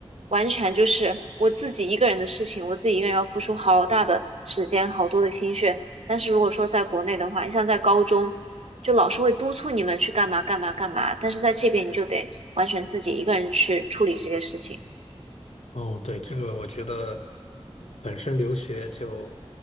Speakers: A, on the right (about 75°); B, on the left (about 85°).
A: 完全就是我自己一个人的事情，我自己一个人要付出好大的时间，好多的心血。但是如果说在国内的话，你像在高中，就老师会督促你们去干嘛干嘛干嘛，但是在这边你就得完全自己一个人去处理这些事情。
B: 哦，对，这个我觉得本身留学就